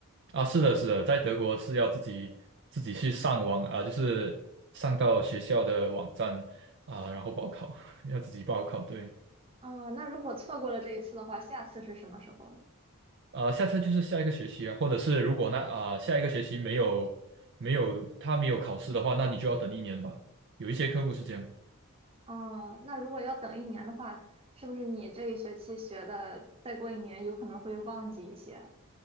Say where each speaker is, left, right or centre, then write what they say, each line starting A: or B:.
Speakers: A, on the right; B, on the right.
A: 啊，是的，是的，在德国是要自己自己去上网啊，就是上到学校的网站啊，然后报考，<laughs> 要自己报考。对，
B: 哦，那如果错过了这一次的话，下次是什么时候呢？
A: 啊，下次就是下一个学期啊，或者是如果那啊下一个学期没有没有他没有考试的话，那你就要等一年吧。有一些科目是这样。
B: 哦，那如果要等一年的话，是不是你这一学期学的，再过一年有可能会忘记一些？